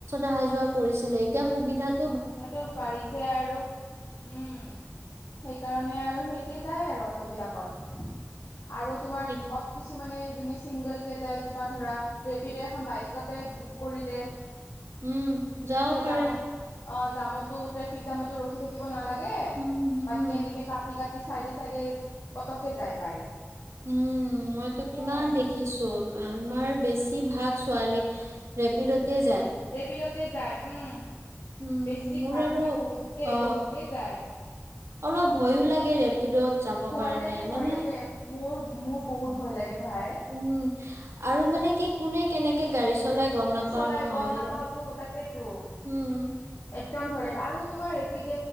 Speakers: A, on the right; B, on the left.
A: অহা যোৱা কৰিছিলে এতিয়া সুবিধাত
B: তাতো বাঢ়িছে আৰু উম সেইকাৰণে আৰু সেই ত যায় আৰু অটোবিলাকত আৰু তোমাৰ
A: সেইটো
B: অ কিছু মানে যোনে ছিংগলকৈ যায় তোমাৰ ধৰা ৰেপিড' এখন বাইকতে বুক কৰিলে
A: উম যাও
B: এতিয়া
A: পাৰে
B: জামত অ জামতো ট্ৰেফিক জামতো ৰখি থাকিব নালাগে
A: উম উম
B: তাকে এনেকে কাটি কাটি ৰা চাইডে চাইডে পটককে যাই পায়
A: উম মইতো
B: সেয়াই
A: কিমান
B: আৰু
A: দেখিছো আমাৰ বেছি ভাগ ছোৱালী ৰেপিডতে যায়
B: পিলতে যায় উম
A: উম
B: বেছি
A: মোৰ
B: ভাগ
A: আৰু
B: মানে বহুতেই
A: অ
B: বহুতেই যায়
A: অলপ ভয়ো লাগে ৰেপিডত যাবৰ
B: ভয়
A: কাৰণে
B: লাগে ভয়
A: মানে
B: লাগে মোৰ মোৰ বহুত ভয় লাগে ভাই
A: উম আৰু মানে কি কোনে কেনেে গাী চলোই গম নাপাও
B: চলাই
A: নহয়
B: গম নাপাওতো তাকেতো
A: হম
B: একদম ভয় লাগে আৰু তোমাৰ ৰেপিড'